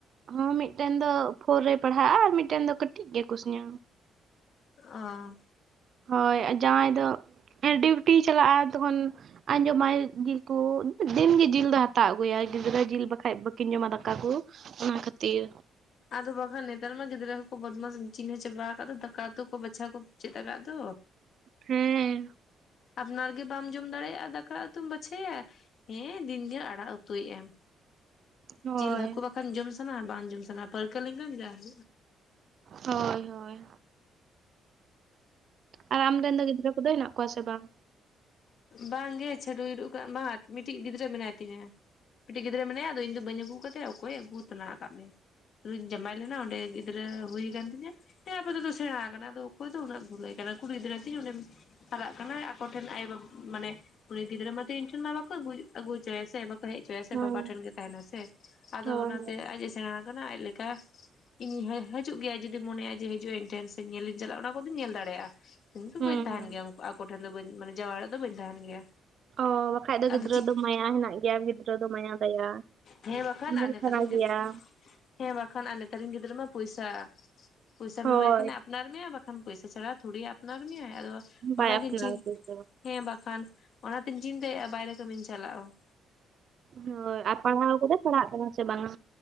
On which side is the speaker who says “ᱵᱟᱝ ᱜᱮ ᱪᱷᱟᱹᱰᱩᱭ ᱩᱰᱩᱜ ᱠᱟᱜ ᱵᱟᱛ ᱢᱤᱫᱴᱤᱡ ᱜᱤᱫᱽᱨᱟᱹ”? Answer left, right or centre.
Left